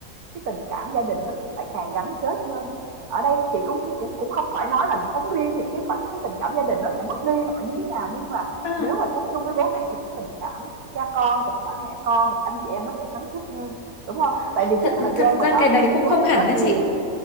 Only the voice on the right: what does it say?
cái tình cảm gia đình nó cũng lại càng gắn kết hơn. Ở đây chị cũng cũng cũng không phải nói là sống riêng thì cái cái tình cảm gia đình nó sẽ mất đi hoặc là như thế nào, nhưng mà
nếu mà sống chung với bố mẹ thì cái tình cảm cha con, tình cảm mẹ con thì anh chị em nó sẽ khăng khít hơn, đúng không? Tại vì
cái thời
gian mình
ở
chung với
bố
mẹ
nó
nhiều.